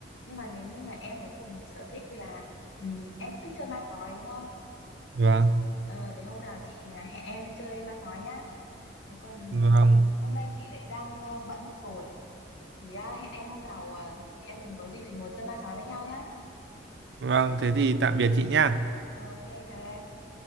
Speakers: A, on the left; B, on the right.
A: nhưng mà nếu như mà em có cùng sở thích là ừm, em cũng thích chơi ma sói đúng không
B: Vâng.
A: ờ thế hôm nào chị hẹn em đi chơi ma sói nhá thế còn
B: Vâng,
A: hôm nay chị lại đang ờ, bận mất rồi Thì à, hẹn em hôm nào à, chị em mình có dịp thì ngồi chơi ma sói với nhau nhá.
B: vâng, thế thì tạm biệt chị nha.
A: Ờ, Ok, chào em.